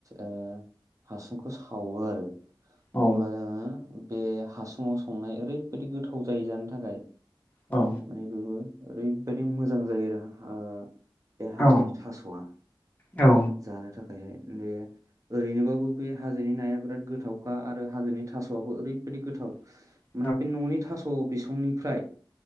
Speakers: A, on the right; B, on the left.
A: ओ हासुंखौ सावो आरो।
B: औ
A: अब्ला जोङो बे हासुङाव संनाय ओरैबायदि गोथाव जायो जानो थाखाय
B: औ
A: माने बेबो ओरैबायदि मोजां जायो आरो ओ बे
B: औ
A: हाजोनि थास'आ
B: औ
A: जानो थाखायहाय बे ओरैनोबाबो बे हाजोनि नाया बिराद गोथावखा आरो हाजोनि थास'आबो ओरैबायदि गोथाव।
B: <inaudible>
A: माने बे न'नि थास' बिसंनिफ्राय